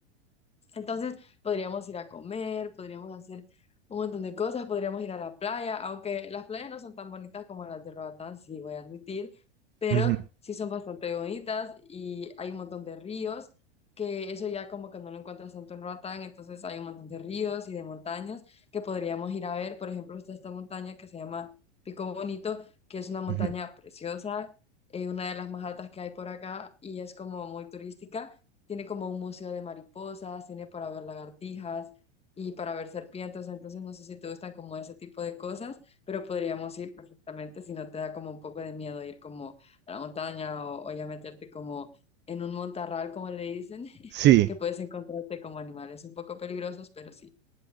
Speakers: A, on the left; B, on the right.
A: Entonces podríamos ir a comer, podríamos hacer un montón de cosas, podríamos ir a la playa, aunque las playas no son tan bonitas como las de Roatán, sí voy a admitir, pero
B: ujú,
A: sí son bastante bonitas y hay un montón de ríos, que eso ya como que no lo encuentras tanto en Roatán, entonces hay un montón de ríos y de montañas que podríamos ir a ver. Por ejemplo, está esta montaña que se llama Pico Bonito, que es una montaña
B: ujú,
A: preciosa, eh, una de las más altas que hay por acá y es como muy turística tiene como un museo de mariposas, tiene para ver lagartijas y para ver serpientes, entonces no sé si te gustan como ese tipo de cosas, pero podríamos ir perfectamente si no te da como un poco de miedo ir como a la montaña o, o ya meterte como en un montarral, como le dicen, <laughs>
B: Sí.
A: que puedes encontrarte como animales un poco peligrosos, pero sí.